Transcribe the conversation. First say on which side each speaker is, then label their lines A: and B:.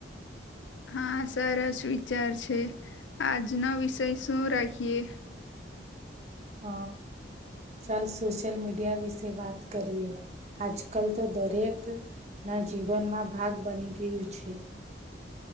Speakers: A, on the left (about 80°); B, on the right (about 35°).
A: હા સરસ વિચાર છે આજનો વિષય શું રાખીએ?
B: હ. ચાલ સોશિયલ મીડિયા વિશે વાત કરીએ આજ કલ તો દરેક ના જીવનમાં ભાગ બની ગયું છે.